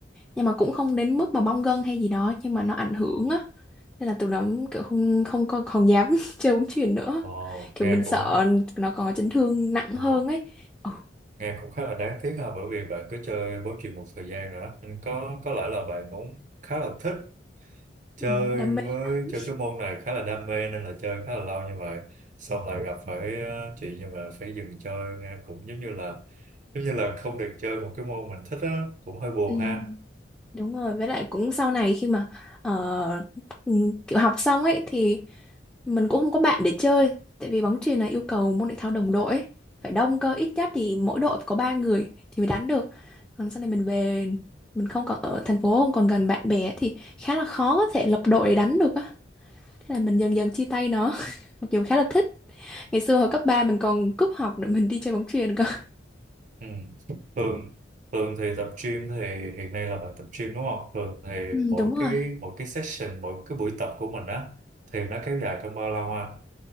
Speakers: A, in the centre; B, on the right.
A: nhưng mà cũng không đến mức mà bong gân hay gì đó nhưng mà nó ảnh hưởng á nên là từ đó kiểu không không còn, còn dám <laughs> chơi bóng chuyền nữa
B: ồ
A: kiểu
B: nghe
A: mình sợ
B: cũng
A: nó còn chấn thương nặng
B: ồ,
A: hơn ấy ừ.
B: nghe cũng khá là đáng tiếc ha bởi vì bạn cứ chơi bóng chuyền một thời gian nữa nên có có lẽ là bạn cũng khá là thích chơi
A: Ừ, đam
B: với
A: mê lắm.
B: chơi cái môn này khá là đam mê nên là chơi khá là lâu nhưng mà xong lại gặp phải ờ, chuyện như mà phải dừng chơi nghe cũng giống như là giống như là không được chơi một cái môn mình thích á cũng hơi buồn
A: Ừ.
B: ha
A: Đúng rồi, với lại cũng sau này khi mà ờ, ừ, kiểu học xong ấy thì mình cũng không có bạn để chơi tại vì bóng chuyền là yêu cầu môn thể thao đồng đội ấy. Phải đông cơ ít nhất thì mỗi đội phải có 3 người thì mới đánh được. Còn sau này mình về mình không còn ở thành phố không còn gần bạn bè thì khá là khó có thể lập đội để đánh được á. Thế là mình dần dần chia tay nó. <laughs> Mặc dù khá là thích. Ngày xưa hồi cấp 3 mình còn cúp học để mình đi chơi bóng chuyền cơ.
B: ừ. thường thường thì tập gym thì hiện nay là bạn tập gym đúng không thường thì
A: Ừ,
B: mỗi
A: đúng rồi.
B: cái mỗi cái session mỗi cái buổi tập của mình á thì nó kéo dài trong bao lâu ha